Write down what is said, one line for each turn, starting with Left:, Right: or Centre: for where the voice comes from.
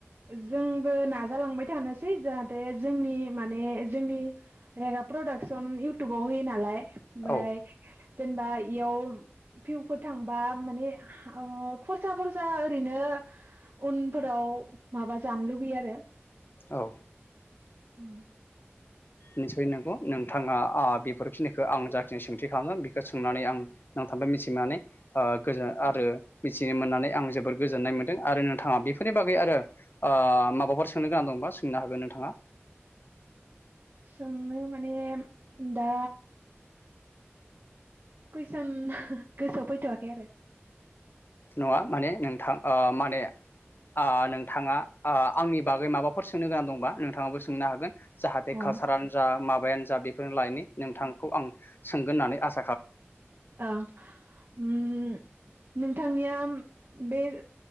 Right: जोंबो नाजालांबाय थानोसै जाहाथे जोंनि माने जोंनि रेगा प्रडाक्सन इउटुबाव होयो नालाय बाय
Left: औ
Right: जेनेबा इयाव भिउफोर थांबा माने ओ खरसा खरसा ओरैनो <unintelligible> उनफोराव माबा जानो लुगैयो आरो।
Left: औ।
Right: उम।
Left: निस्सय नंगौ नोंथाङा आ बेफोरखिनिखौ आं जाखिनि सोंथि खालामदों बेखौ सोंनानै आं नों <unintelligible> ओ गोजोन आरो मिथिनो मोननानै आं जोबोर गोजोननाय मोनदों आरो नोंथाङा बेफोर नि बागै आरो ओ माबाफोर सोंनो गोनां दंबा सोंनो हागोन नोंथाङा।
Right: सोंनो माने दा कुइसन गोसोआव फैथ'वाखै आरो।
Left: नङा माने नोंथां ओ माने ओ नोंथाङा ओ आंनि बागै माबाफोर सोंनो गोनां दंबा नोंथाङाबो सोंनो हागोन। जाहाथे
Right: अ
Left: कालसारानो जा माबायानो जा बेफोरनि लायननि नोंथांखौ आं सोंगोन होननानै आस
Right: ओ उम नोंथांनिया बे